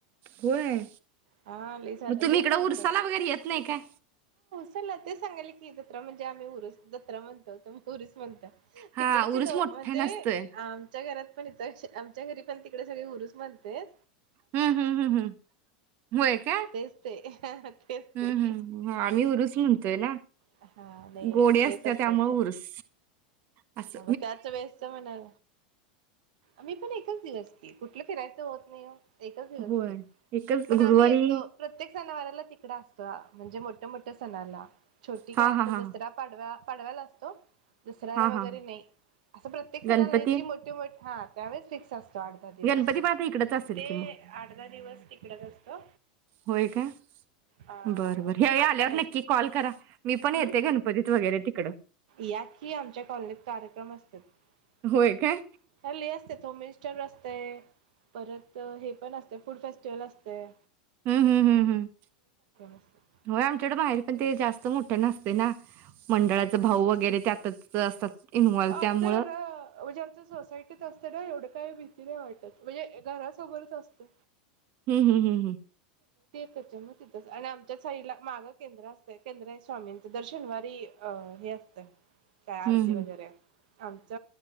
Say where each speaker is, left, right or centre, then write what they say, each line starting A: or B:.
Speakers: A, on the right; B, on the right.
A: होय
B: हा लई
A: मग तुम्ही
B: लई
A: इकड
B: झालतं
A: उरसाला वगैरे येत नाही काय
B: चला ते सांगाल की जत्रा म्हणजे आम्ही उर जत्रा म्हणतो पुरुष म्हणत्यात
A: हा
B: इकडची
A: उरूस
B: लोक
A: मोठा
B: म्हणजे
A: नसतोय.
B: आमच्या घरात पण इथ आमच्या घरी पण तिकडे सगळे उरस म्हणतेत
A: हम्म हम्म हम् हम् व्हय काय
B: तेच ते तेच
A: हम्
B: ते
A: हम् आम्ही उरुस म्हणतोय ना
B: हा नाही.
A: गोडी असते
B: तेच असतं
A: त्यामुळे उरुस अस
B: पण त्याच वेळेसच म्हणा मी पण एकच दिवस की कुठलं फिरायचं होत नाही हो एकच दिवस
A: होय एकच
B: पण
A: गुरुवारी
B: आम्ही येतो प्रत्येक सना वाराला तिकड असता म्हणजे मोठ्या मोठ्या सणाला छोटी काय
A: हा हा हा
B: दसरा पाडवा पाडव्याला असतो दसऱ्याला
A: हा
B: वगैरे
A: हा
B: नाही असं प्रत्येक सणाला
A: गणपती
B: जी मोठे मोठ हा त्यावेळेस फिक्स अस आठ दहा दिवस
A: गणपती पण आता इकडच असेल
B: ते
A: की मग
B: आठ दहा दिवस तिकडच असतो
A: होय काय?
B: अ
A: बरं बरं ह्यावेळी
B: आता
A: आल्यावर
B: नाही
A: नक्की कॉल करा. मी पण
B: हम्
A: येते गणपतीत वगैरे तिकडं
B: या कि आमच्या कॉलनीत कार्यक्रम असत्यात
A: होय काय?
B: हल्ली असत्यात होम मिनस्टर ते परत हे पण असतय फूड फेस्टिवल असतय
A: हम्म हम् हम्म हम्
B: असतात
A: होय आमच्याकडं आहेत पण ते जास्त मोठ ना पिना मंडळाच भाऊ वगैरे त्यातच च असतात इन्व्हॉल्व
B: आपच
A: त्यामुळं
B: ना म्हणजे आमच्या सोसायटीत असते ना एवढं काय माहीत ते बी आवडल म्हणजे घरासोबरच असतय
A: हम्म हम्म हम्म हम्म
B: त्याच्यामुळे आणि आमच्या साईला माग केंद्र असत केंद्र स्वामींच दर शनिवारी अ हे असतय काय आरती
A: हम्म
B: वगैरे
A: हम्म
B: आमच